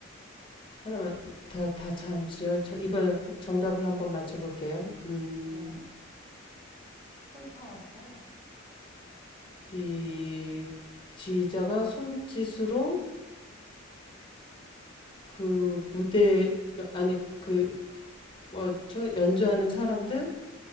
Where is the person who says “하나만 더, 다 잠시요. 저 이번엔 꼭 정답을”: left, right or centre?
Left